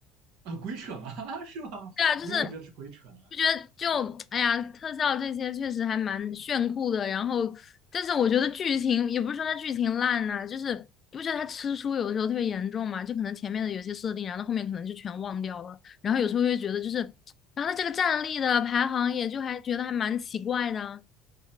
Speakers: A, on the right (about 70°); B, on the left (about 35°).
A: 啊、鬼扯嘛，<laughs> 是吗？
B: 对啊，就是
A: 你为什么觉得是鬼扯呢？
B: 就觉得就 <tsk> 哎呀，特效这些确实还蛮炫酷的。然后，但是我觉得剧情也不是说它剧情烂呐、就是你不觉得它吃书有的时候特别严重嘛？就可能前面的有些设定，然后后面可能就全忘掉了。然后有时候会觉得就是，<tsk> 然后它这个战力的排行也就还觉得还蛮奇怪的啊。